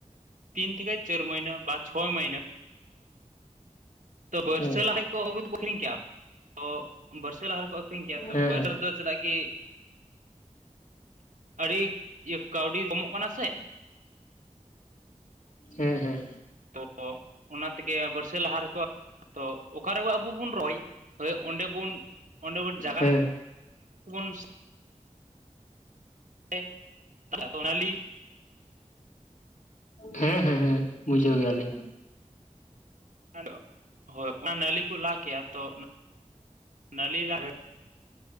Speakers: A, on the right (about 80°); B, on the left (about 75°).
A: ᱛᱤᱱ ᱛᱷᱮᱠᱮ ᱪᱟᱹᱨ ᱢᱟᱹᱭᱱᱟᱹ ᱵᱟᱫ, ᱪᱷᱚ ᱢᱟᱹᱭᱱᱟᱹ᱾ ᱛᱚ ᱵᱟᱹᱨᱥᱟᱹ
B: ᱦᱮᱸ
A: ᱞᱟᱦᱟᱜᱮᱠᱚ ᱟᱹᱜᱩ ᱫᱚᱠᱚ ᱟᱹᱠᱷᱨᱤᱧ ᱠᱮᱜᱼᱟ ᱛᱚ ᱵᱟᱹᱨᱥᱟᱹ ᱞᱟᱦᱟ ᱨᱮᱠᱚ ᱟᱹᱠᱷᱨᱤᱧ ᱠᱮᱜᱼᱟ ᱛᱚ
B: ᱦᱮᱸ
A: ᱵᱟᱹᱨᱥᱟᱹ
B: ᱦᱮᱸ
A: ᱨᱮ ᱫᱚ ᱪᱮᱫᱟᱜ ᱠᱤ ᱟᱹᱰᱤ ᱤᱭᱟᱹ ᱠᱟᱹᱣᱰᱤ ᱠᱚᱢᱚᱜ ᱠᱟᱱᱟ ᱥᱮ᱾
B: ᱦᱮᱸ ᱦᱮᱸ᱾
A: ᱛᱚ ᱚᱱᱟ ᱛᱮᱜᱮ ᱵᱟᱹᱨᱥᱟᱹ ᱞᱟᱦᱟ ᱨᱮᱠᱚ ᱛᱚ ᱚᱠᱟᱨᱮᱵᱚ ᱟᱵᱩ ᱵᱩᱱ ᱨᱚᱭ, ᱦᱳᱭ ᱚᱸᱰᱮ ᱵᱩᱱ ᱚᱸᱰᱮ ᱵᱩᱱ ᱡᱟᱜᱟᱛ
B: ᱦᱮᱸ
A: ᱠᱩ ᱵᱚᱱᱥ ᱛᱮ <unintelligible> ᱚᱱᱟᱞᱤ
B: ᱦᱮᱸ ᱦᱮᱸ ᱦᱮᱸ, ᱵᱩᱡᱷᱟᱹᱣ ᱜᱮᱭᱟᱞᱤᱧ ᱾
A: ᱟᱫᱚ ᱦᱳᱭ ᱚᱱᱟ ᱱᱟᱹᱞᱤ ᱠᱚ ᱞᱟ ᱠᱮᱜᱼᱟ ᱛᱚ, ᱱᱟᱹᱞᱤ <unintelligible>